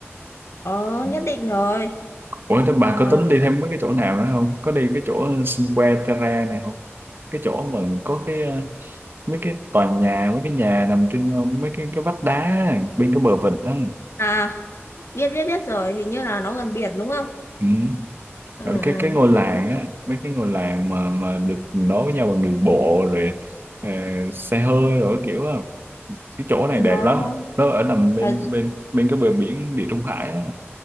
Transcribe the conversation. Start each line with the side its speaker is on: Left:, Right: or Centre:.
Left: ờ
Right: ừ.
Left: nhất định rồi
Right: Ủa thế bà
Left: Ờ,
Right: có tính đi thêm mấy cái chỗ nào nữa không có đi cái chỗ Cinque Terre này không cái chỗ mà có cái ờ, mấy cái tòa nhà mấy cái nhà nằm trên ờ, mấy cái cái vách đá bên cái bờ vịnh đó
Left: à biết biết biết rồi hình như là nó gần biển đúng không
Right: ừ.
Left: ừ,
Right: Ở
Left: ừ,
Right: cái cái ngôi làng
Left: tôi
Right: á mấy cái ngôi làng mà mà được nối với nhau bằng đường bộ rồi ờ, xe hơi rồi kiểu á cái chỗ này
Left: nó
Right: đẹp lắm nó ở nằm bên
Left: ờ
Right: bên bên cái bờ biển Địa Trung Hải á